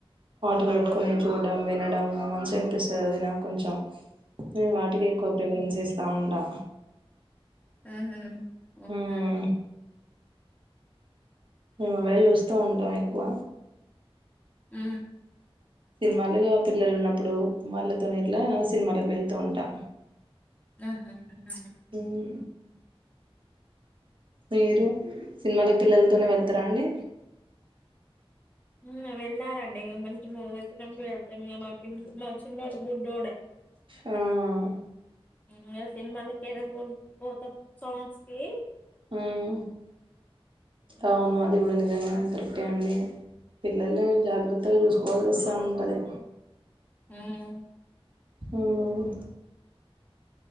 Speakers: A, on the right; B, on the left.
A: పాటలు పెట్టుకుని చూడడం వినడము మంచి అనిపిస్తది అది నాకు కొంచెం. ఉ వాటికి ఎక్కువ ప్ప్రిపరేషన్ చేస్ ఆండా
B: ఊహు అవునా
A: మ్మ్
B: అని <inaudible>
A: మేము అవే చూస్తా ఉంటాం ఎక్కువ.
B: ఊ
A: సినిమాలిగ పిల్లలు ఉన్నప్పుడు వాళ్ళతోనే ఇట్లా సినిమాలకు వెళ్తూ ఉంటా
B: ఆహా అవునా?
A: ఊ <inaudible> మీరు సినిమాలు పిల్లలతోనే వెళ్తారా అండి?
B: ఊ వెళ్ళాలండి ఇం మంచి మువి అస్తే ఫ్యామిలీ ఎళ్తాం ఇ మా ప మా చిన్న బుడ్డోడ
A: మ్మ్
B: ఇంగ సినిమాలకి ఏదన్న మూవీ <unintelligible> పోతే సౌండ్స్ కి
A: మ్మ్ అవును అది కూడా నిజమేనన్ కరెక్టే అండి పిల్లలు జాగ్రత్తగా చూసుకోవాల్సి వస్తా ఉంటది
B: ఆమ్
A: మ్మ్